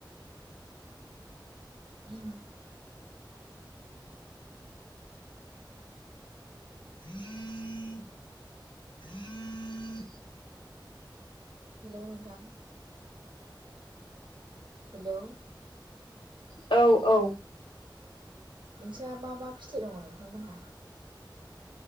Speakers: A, on the right; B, on the left.
A: <unintelligible>
B: <unintelligible>
A: हेल' नोंथां हेल'
B: औ औ
A: नोंसहा मा मा फिथाइ दङ नोंथांमोनहा